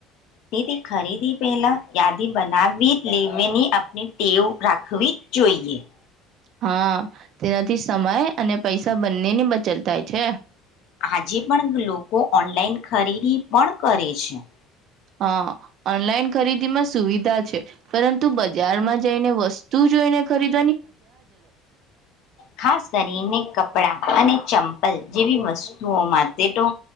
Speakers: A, on the left (about 55°); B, on the right (about 45°).
A: તેથી ખરીદી પહેલા યાદી બનાવી લેવીની આપણી ટેવ રાખવી જોઈએ.
B: હા તેનાથી સમય અને પૈસા બંને ની બચત થાય છે.
A: આજે પણ લોકો ઓનલાઈન ખરીદી પણ કરે અચ્છા.
B: હા ઓનલાઈન ખરીદીમાં સુવિધા છે પરંતુ બજારમાં જઈને વસ્તુ જોઈને ખરીદી.
A: ખાસ કરીને કપડા અને ચંપલ જેવી વસ્તુઓમાં તે તો